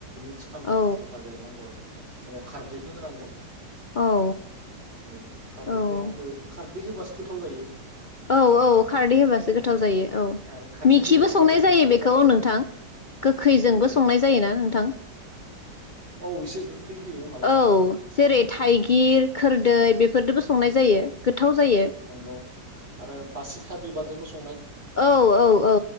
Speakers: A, on the right; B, on the left.
A: <unintelligible> <unintelligible> खामना
B: औ
A: होफादेरनांगौआरो उनाव खारदैखो होनांगौ।
B: औ
A: औ खारदैखौ
B: औ
A: उनाव हो खा खारदैहोबासो गोथावजायो।
B: औ औ खारदैहोबासो गोथावजायो। औ
A: आरो खारदै
B: मिखिबो
A: होबासो
B: संनायजायोबेखौ
A: अनला दाव जागोन
B: नोंथां
A: बे
B: गोखैजोंबो
A: नंगौ
B: संनायजायोना नोंथां,
A: औ एसे गोखै होयो मालाबा
B: औ जेरै थाइगिर खोरदै बेफोरदोबो संनायजायो गोद गोथावजायो।
A: नंगौ आरो बासिखा बिबारजोंबो स
B: औ औ औ